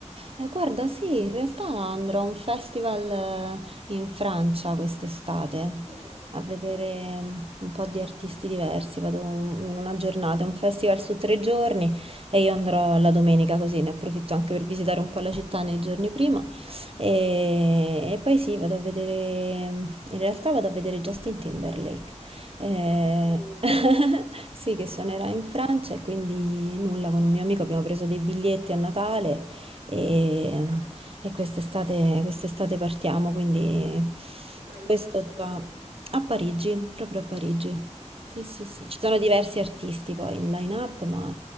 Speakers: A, on the right (about 50°); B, on the right (about 85°).
A: Eh, guarda, sì, in realtà andrò a un festival eh, in Francia quest'estate
B: Ah,
A: a
B: bello.
A: vedere mm, un po' di artisti diversi. Vado un- in una giornata, è un festival su tre giorni e io andrò la domenica così ne approfitto anche per visitare un po' la città nei giorni prima. E, e poi sì, vado a vedere, mm, in realtà vado a vedere Justin Timberlake. Eh,
B: Wow!
A: <laughs> sì,
B: <laughs>
A: che suonerà in Francia e quindi nulla, con un mio amico abbiamo preso dei biglietti a Natale e, e quest'estate, quest'estate partiamo, quindi
B: Ma in
A: questo
B: Francia dove?
A: già a Parigi, proprio a Parigi.
B: Ah, Parigi.
A: Sì, sì, sì,
B: Bello.
A: ci sono diversi artisti poi in line-up, ma